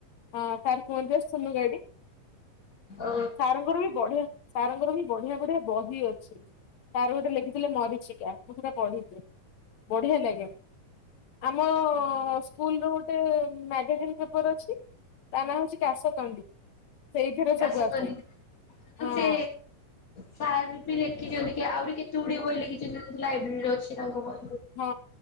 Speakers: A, on the left; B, on the left.
A: ହଁ ସାର୍ କୁହନ୍ତି ଆ ସୁନୁ ଗାଡି
B: ଓ
A: ସାରଙ୍କର ବି ବଢିଆ ତାଙ୍କର ବି ବଢିଆ ବଢିଆ ବହି ଅଛି ତାର ଗୋଟେ ଲେଖିଥିଲେ ମରିଚିକା ମୁଁ ସେଟା ପଢିଚି। ବଢିଆ ଲାଗେ। ଆମ ସ୍କୁଲ ର ଗୋଟେ ମ୍ୟାଗାଜିନ୍ ପେପର ଅଛି। ତା ନାଁ ହଉଛି କାଶ କଣ୍ଡି ସେଇଥିରେ
B: କାଶତନୀ
A: ସବୁ ଆସେ ହଁ।
B: ସେ ସାର୍ ବି ଲେଖିଛନ୍ତି କି ଆଉରି କେତେ ଗୁଡିଏ ବହି ଲେଖିଛନ୍ତି ଲାଇବ୍ରେରୀରେ ଅଛି ତାଙ୍କ ବ।
A: ହଁ